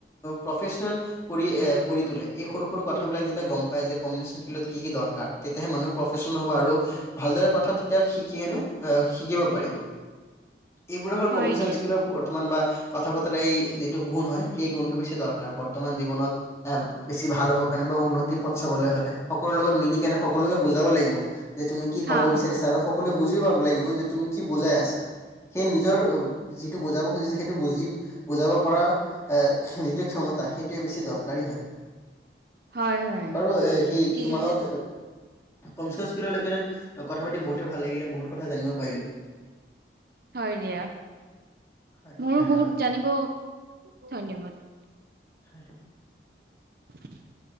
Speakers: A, on the left; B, on the right.
A: প্ৰফেশ্যনেল কৰি এ কৰি তোলে। এই সৰু-সৰু কথাবিলাক যেতিয়া গম পায় যে কমনিকেশন চাৰ্কেলত কি কি দৰকাৰ তেতিয়াহে মানুহ প্ৰফেচনেল হ'ব আৰু ভালদৰে কথা তেতিয়া শিকি কিনে এ শিকিব পাৰিব। এইবোৰে হ'ল
B: হয়
A: কমনিকেচন
B: দিয়া,
A: স্কিলৰ বৰ্তমান বা কথা বতৰা এই যিটো গুণ হয় সেই গুণটো বেছি দৰকাৰ বৰ্তমান জীৱনত এ বেছি ভাল হ'ব কাৰণে বা উন্নতি পথ চাবলৈ হ'লে সকলোৰে লগত মিলি কেনে সকলোকে বুজাব লাগিব। যে তুমি কি
B: হা,
A: ক'ব
B: হা,
A: বিচাৰিছা ৰ সকলোৱে বুজি পাব লাগিব যে তুমি কি বুজাই আছা। সেই নিজৰ যিটো বুজাব খুজিছে সেই টো বুজি বুজাব পৰা এ যিটো ক্ষমতা সেইটোৱেই বেছি দৰকাৰী হয়।
B: <unintelligible> হয়,
A: বাৰু এ সি
B: ঠিক
A: তোমাৰ
B: আছে,
A: লগত কমনিকেশন স্কিললৈকে কথা পাতি বহুতে ভাল লাগিলে, বহুত কথা জানিব পাৰিলো।
B: হয় দিয়া।
A: হয়
B: মোৰো
A: ধন্যবাদ
B: বহুত জানিব, ধন্যবাদ।
A: হয়।
B: <unintelligible>